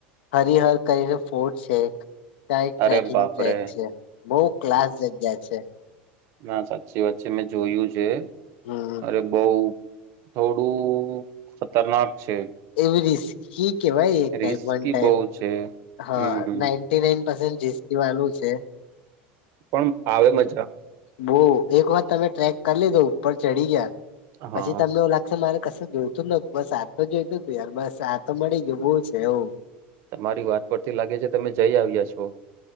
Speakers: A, on the left (about 80°); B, on the right (about 55°).
A: હરીહર કરીને ફોટ છે એક ત્યા ટ્રેકિંગ
B: અરે બાપરે!
A: ટ્રેક છે બહુ ક્લાસ જગ્યા છે.
B: હા સાચી વાત છે મેં જોયું છે
A: હમ
B: અરે બઉ થોડું ખતરનાક છે.
A: એવી રિસ્કી કેવાય એક
B: રિસ્કી
A: ટાઈપ વન ટાઈપ.
B: બહુ છે
A: હા
B: હમ હમ
A: નાઈન્ટી નાઈન પરસેન્ટ રિસ્કી વાળું છે.
B: પણ આવે મજા.
A: બહ એક વાર તમે ટ્રેક કરી લીધો ઉપર ચડી ગયા પછી
B: હા
A: તમને એવું લા મારે કસુ જોઈતું નતું બસ આ તો જોઈતું હતું યાર બસ આ તો મળી ગયું બહુ છે એવું.
B: તમારી વાત પરથી લાગે છે તમે જઈ આવ્યા છો.